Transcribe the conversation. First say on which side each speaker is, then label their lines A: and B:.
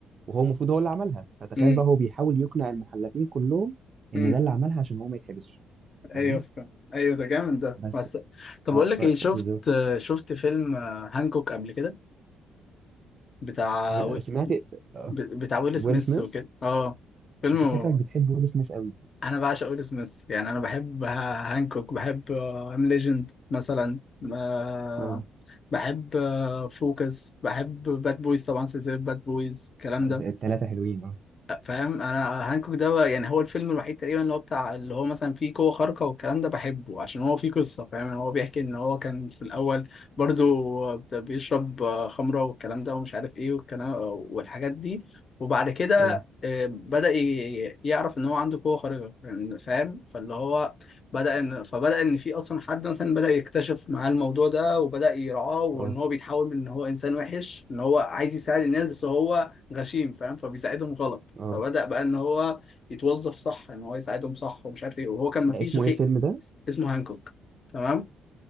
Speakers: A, on the right; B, on the left.
A: وهو المفروض هو اللي عملها فتخيل
B: امم
A: بقى هو بيحاول يقنع المحلفين كلهم ان
B: امم
A: ده اللي عملها عشان هو ما يتحبسش فاهم
B: ايوه فاهم. ايوه ده جامد ده
A: بس
B: بس طب
A: اه
B: اقول
A: فبالظبط
B: لك ايه شفت شفت فيلم هانكوك قبل كده بتاع
A: انا
B: و...
A: سمعت آه.
B: ب- بتاع ويل
A: ويل
B: سميث
A: سميث
B: وكده اه فيلم
A: انت شكلك بتحب ويل سميث قوي
B: انا بعشق ويل سميث يعني انا بحب ه- هانكوك بحب ام ليجند مثلا آه،
A: اه
B: بحب آه، فوكس بحب باد بويز طبعا سلسلة باد بويز الكلام
A: الثلاثه
B: ده
A: حلوين اه
B: فاهم انا هانكوك ده هو- يعني هو الفيلم الوحيد تقريبا اللي هو بتاع اللي هو مثلا فيه قوة خارقة والكلام ده بحبه عشان هو فيه قصة فاهم ان هو بيحكي ان هو كان في الاول برضو بت- بيشرب آه، خمرة والكلام ده ومش عارف ايه والكلام والحاجات دي وبعد كده
A: اه
B: آه، بدأ ي- يعرف ان هو عنده قوة خارقة يعني فاهم فاللي هو بدأ ان فبدأ ان في اصلا حد مثلا بدأ يكتشف معاه الموضوع ده وبدأ يرعاه وان
A: اه
B: هو بيتحول من ان هو انسان وحش ان هو عايز يساعد الناس بس هو غشيم فاهم فبيساعدهم غلط
A: اه
B: فبدأ بقى ان هو يتوظف صح ان هو يساعدهم صح ومش عارف ايه وهو كان مفيش
A: ده اسمه
B: غير
A: ايه الفيلم ده؟
B: اسمه هانكوك تمام